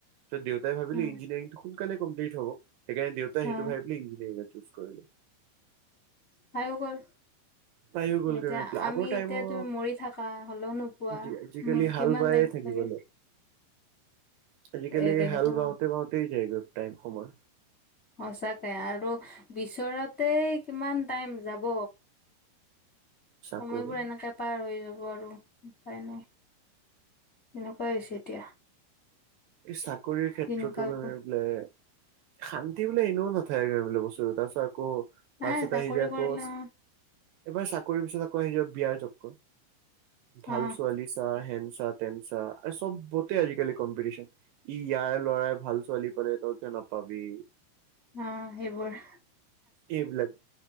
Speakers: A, on the right (about 70°); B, on the left (about 25°).
A: তে দেউতাই ভাবিলে
B: উম।
A: ইঞ্জিনিয়িংটো শোনকালে কমপ্লিট হব, সেইকাৰণ দেউতাই
B: হা
A: সেইটো ভাবিলে ইঞ্জিনাৰিং এ চুজ কৰিলে।
B: পাইউ গ'ল।
A: পায়ো গ'লগৈ
B: এতিয়া
A: গৈ পেলাই।
B: আমি,
A: আগৰ টাইমৰ
B: এতিয়া তুমি মৰি থাকা হলেও নোপোৱা
A: আজি আজিকালি হাল
B: কিমান
A: বায়ে
B: লাগিব
A: থাকিব
B: লাগে <inaudible>
A: আজিকালি
B: এ তেনেকুৱা
A: হাল বাওঁতে বাওঁতেই যায়গৈ টাইম সময়।
B: সচাকে আৰু বিচৰাতে কিমান টাইম যাব
A: চাকৰি
B: সময়বোৰ এনেকে পাৰ হৈ যাব আৰু উপায় নাই তেনেকুৱাই হৈছে এতিয়া
A: এই চাকৰিৰ ক্ষেত্ৰতো
B: দিনকালবোৰ
A: গৈ পেলাই শান্তি বোলে এনেও নাথাকে গৈ বুলো বস্তু, তাৰপিছত আকৌ
B: নাই
A: তাৰপিছত
B: চাকৰি
A: আহি যায় আকৌ
B: কৰিলে অ
A: এইবাৰ চাকৰিৰ পিছত আকৌ আহি বিয়াৰ চক্ক, ভাল
B: অ
A: ছোৱালী চা, হেন চা টেন চা, চববতে আজিকালি কম্পিটিশন। ই ইয়াৰ ল'ৰাই ভাল ছোৱালী পাল তই কিয় নাপাবি।
B: অ' হেইবোৰ।
A: এইবিলাক,